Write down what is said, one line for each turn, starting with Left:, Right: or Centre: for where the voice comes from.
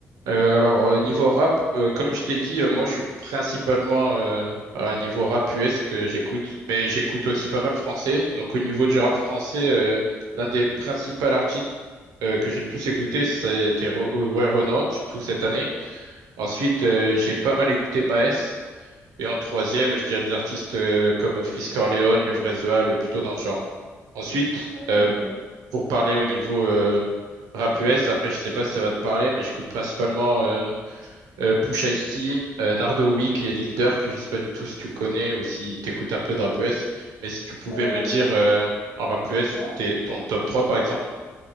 Right: Euh, alors euh, niveau rap, euh, comme je t'ai dit, euh, moi je suis principalement euh, à niveau rap US que j'écoute, mais j'écoute aussi pas mal français. Donc au niveau du rap français, euh, l'un des principaux artistes euh, que j'ai le plus écouté, c'était Re- Aurel Renoir, surtout cette année. Ensuite, euh, j'ai pas mal écouté Maes. Et en troisième, je dirais des artistes euh, comme Frisk Orleans, Levresval, plutôt dans le genre. Ensuite,
Left: Ok,
Right: euh,
Left: ok.
Right: pour parler au niveau euh, rap US, après je sais pas si ça va te parler, mais j'écoute principalement euh, euh, Pusha T, euh, Nardo Wick et Lil Durk. Je sais pas du tout si tu connais ou si t'écoutes un peu de rap US, mais si tu pouvais
Left: Euh,
Right: me dire euh, en rap US
Left: ouais.
Right: t'es, ton top 3 par exemple,